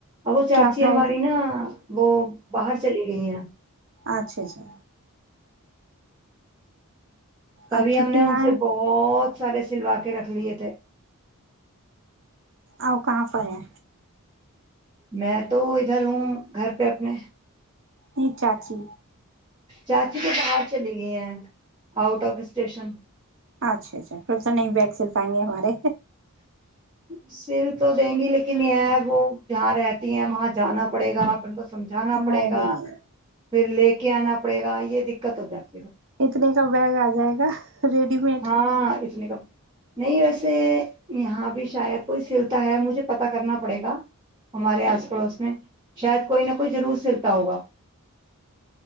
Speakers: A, on the right; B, on the right.
A: ا وہ چاچی
B: کیا پرائز
A: ہماری نا وہ باہر چلی گئی ہے
B: اچھا اچھا
A: تبھی
B: اور چھٹیاں
A: ہم نے ان
B: ہیں
A: سے بہت سارے سلوا کے رکھ لیے تھے
B: آ کہاں پر ہے
A: میں تو ادھر ہوں گھر پہ اپنے
B: نہیں چاچی
A: چاچی تو باہر چلی گئی ہیں آؤٹ آف اسٹیشن
B: اچھا اچھا پھر سےا نہیں بیگ سل پائیں گے ہمارے
A: سرف تو دیں گی لیکن یہ ہے وہ جاں رہتی ہیں وہاں جانا پڑے گا آپ ب سمجھانا
B: نہیں
A: پڑے گا
B: نہیں
A: پھر لے کے کے آنا پڑے گا یہ دقت ہو ج
B: اتنے کا و گا ہو جائے گا ریڈی مڈ
A: ہاں نہیں ویسے یہاں بھی شاید کوئی سلتا ہے مجھے پتا کرنا پڑے گا ہمارے آس پڑوس میں شاید کوئی نہ کوئی ضرور سلتا ہوگا